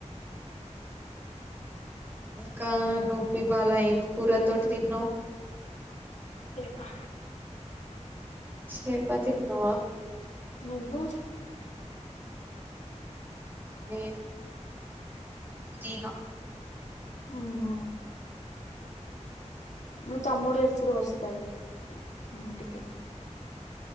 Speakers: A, on the right (about 15°); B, on the left (about 70°).
A: ఇంకా నువ్వు ఇవాల ఏం కూర తోటి తిన్నావు
B: సేపా
A: చెపా తిందువ
B: నువ్వు
A: లెధు చెయ్లే
B: ఆహ మీ తమ్ముడు ఎప్పుడు వస్తాయి ఇంటికి